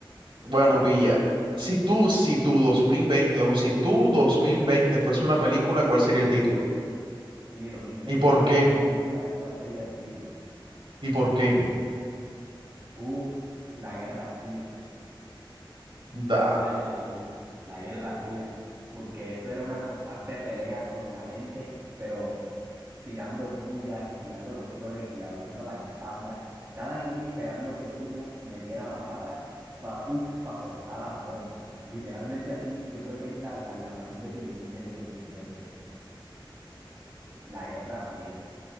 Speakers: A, on the right; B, on the right.
A: Bueno, pilla. Si tú, si tú 2020 o si tú 2020 fuese una película, ¿cuál sería el título?
B: Si mi 2020
A: ¿Y por
B: fuera
A: qué?
B: una película, ¿cuál sería el título?
A: ¿Y por qué?
B: Uf, La Guerra Fría,
A: Da,
B: así la llamaría, La Guerra Fría, porque eso era una constante pelea con la gente, pero tirando pullas y tirando cuestiones y hablando a las espaldas, cada quien esperando que uno metiera la pata para, uf, para soltar las bombas. Literalmente así, yo creo que es la, la la mejor definición de mi 2020, La Guerra Fría.